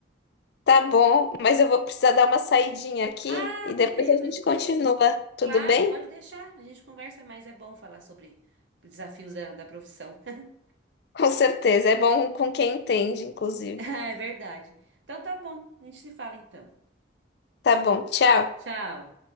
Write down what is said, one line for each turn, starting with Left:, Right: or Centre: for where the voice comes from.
Left: tá bom, mas eu vou precisar dar uma saidinha aqui
Right: Ah,
Left: e depois
Right: beleza.
Left: a gente continua, tudo
Right: Claro,
Left: bem?
Right: pode deixar. A gente conversa, mas é bom falar sobre desafios da, da profissão. <laughs>
Left: <laughs> Com certeza, é bom com quem entende, inclusive.
Right: Ah, É verdade. Então tá bom. A gente se fala então.
Left: Tá bom, tchau.
Right: Tchau.